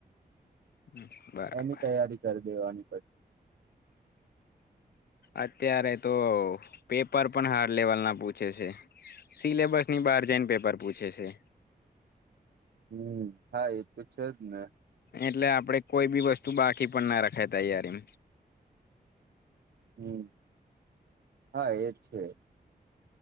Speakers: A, on the left (about 70°); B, on the right (about 75°).
A: હ બરાબર
B: એની તૈયારી કરી દેવાની પડ
A: અત્યારે તો પેપર પણ હાર લેવલ ના પૂછે છે સિલેબસ ની બારજેન પેપર પૂછે છે
B: હમ હા એ તો છે જ ને
A: એટલે આપડે કોઈ બી વસ્તુ બાકી પણ ના રખાય તૈયારી
B: હમ હા એજ છે